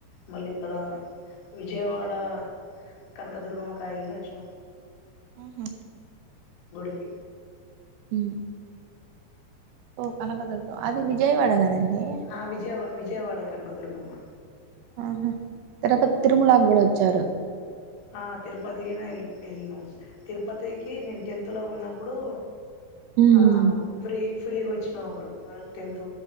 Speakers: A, on the left; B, on the right.
A: మళ్ళీ ఇక్కడ విజయవాడ కనకదుుర్గమ్మకాయిర్ వచ్చనం
B: మ్హు
A: గుడికి
B: ఉమ్ ఓ కనకదుర్గం అది విజయ్వాడకదండి
A: ఆ విజయవా విజయవాడ కనుక దురుగమ్మ
B: ఆహా తిరుపతి తిరుమలాకి కూడా వచ్చారు
A: ఆ తిరుపతిగిన వె వెళ్ళినం తిరుపతికి నేను టెన్త్ లో ఉన్నప్పుడు
B: ఉమ్
A: ఆ ఫ్రీ ఫ్రీ గోచ్చినాం అప్పుడు మాక్ టెన్త్